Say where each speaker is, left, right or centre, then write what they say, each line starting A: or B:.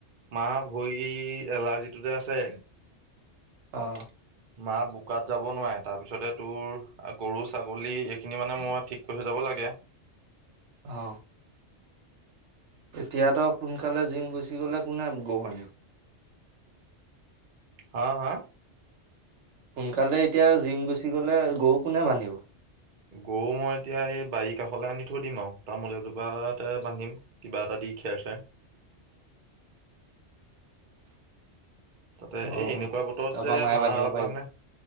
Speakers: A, on the right; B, on the right.
A: মা ভৰি এলাৰ্জিটো যে আছে
B: অঁ।
A: মা বোকাত যাব নোৱাৰে, তাৰপিছতে তোৰ গৰু ছাগলী এইখিনি মানে মই ঠিক কৰি থৈ যাব লাগে।
B: অহ। এতিয়া তই সোনকালে জিম গুচি গ'লে কোনে গৰু বান্ধিব?
A: হা হা?
B: সোনকালে এতিয়া জিম গুচি গলে গৰু কোনে বান্ধিব।
A: গৰু মই এতিয়া এই বাৰী কাষলৈ আনি থৈ দিম আৰু তামোল এজোপাতে বান্ধিম কিবা এটা দি খেৰ চেৰ। তাতে
B: অ',
A: এই এনেকুৱা
B: অ'।
A: বতৰত
B: তাৰপা
A: যে
B: মায়ে
A: মাৰ
B: বান্ধিব পাৰিব
A: কাৰণে